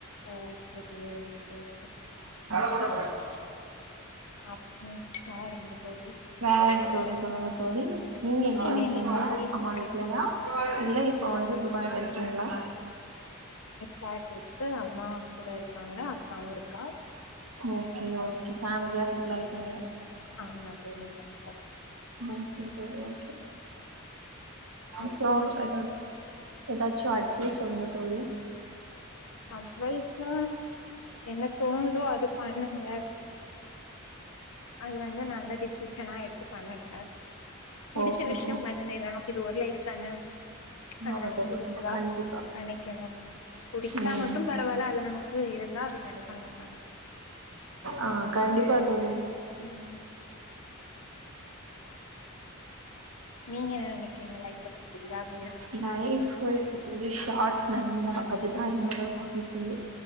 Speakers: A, on the left (about 85°); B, on the right (about 75°).
A: ஓகே ம் சேரி சேரி
B: போ
A: அப் ம் வேறைங்க தோழி
B: வேற என்ன தோழி சொல்லுங்க தோழி நீங்க எங்க
A: இன்னு
B: இருக்கீங்க
A: என்ன தோழி
B: அம்மா வீட்லயா
A: ஆ
B: இல்ல இப்ப வந்து துபாய்ல இருக்கீங்களா
A: சாய்ட இருக்கு அம்மா கூட இருக்காங்க அக்காவு இருக்கா
B: ஓகே ஓகே ஃபேமிலியா செ ட்டல் ஆயிட்டீங்க
A: ஆமா தோழி எனக்க
B: ஓகே தோழி ஓகே அப்புறோ
A: அப்றோ
B: எதாச் எதாச்சு அட் எ சொல்லுங்க தோழி
A: அட்வயசுலா என்ன தோணுதோ அது பண்ணுங்க அது வந்து நல்ல டிசிஷனா எடுத்து பண்ணுங்க புடிச்ச
B: ஓகே
A: விஷ்யம்
B: ஓ
A: பண்ணங்க இது நமக் இது ஒரு லைஃப்தான அது
B: ஆ
A: நமக்கு
B: தோழி
A: புடிச்சதா
B: ஆமா கண்டிப்பா
A: பண்ணிக்கனு புடி ச்சா
B: ம்
A: மட்டு பரவாயில்ல அது நமக் க்கு இருந்தா அது கண்டிப்பா நமக்
B: ஆ கண்டிப்பா தோழி
A: ம் நீங்க என்ன நெனைக்கிறீங்க life <unintelligible>
B: life is very short நண்பா அதுதா என்னோட பாய் ஈஸியே